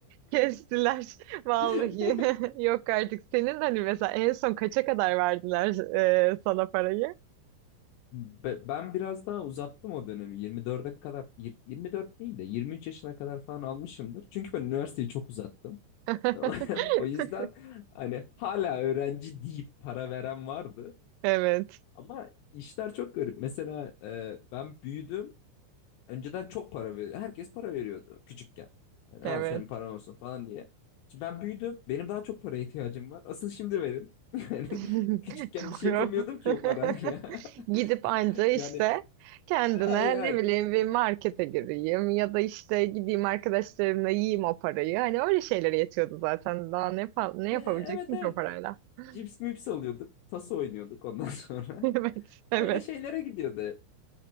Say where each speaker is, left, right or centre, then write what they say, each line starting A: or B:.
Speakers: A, on the right; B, on the left.
A: Kestiler <laughs> vallahi.
B: <laughs>
A: <laughs> Yok artık. Senin hani mesela en son kaça kadar verdiler e, sana parayı?
B: Be- Ben biraz daha uzattım o dönemi. 24'e kadar, yir- 24 değil de 23 yaşına kadar falan almışımdır. Çünkü ben üniversiteyi çok uzattım. <laughs>
A: <laughs>
B: O yüzden hani hala öğrenci deyip para veren vardı.
A: Evet.
B: Ama işler çok garip. Mesela e, ben büyüdüm. Önceden çok para veriyordu. Herkes para veriyordu küçükken. Yani
A: Evet.
B: al senin paran olsun falan diye. Şimdi ben büyüdüm. Benim daha çok paraya ihtiyacım var. Asıl şimdi verin. <laughs> Yani
A: <laughs>
B: küçükken
A: Doğru.
B: bir şey yapamıyordum ki
A: <laughs>
B: o parayla.
A: Gidip
B: <laughs>
A: anca işte
B: Yani
A: kendine
B: Ay, ay.
A: ne bileyim bir markete gireyim ya da işte gideyim arkadaşlarımla yiyeyim o parayı. Hani öyle şeylere yetiyordu zaten. Daha ne, fa- ne yapabileceksin
B: E, Evet evet.
A: ki o parayla? <laughs>
B: Cips mips alıyorduk. Taso oynuyorduk ondan sonra.
A: Evet,
B: <laughs>
A: evet.
B: Öyle şeylere gidiyordu. hep.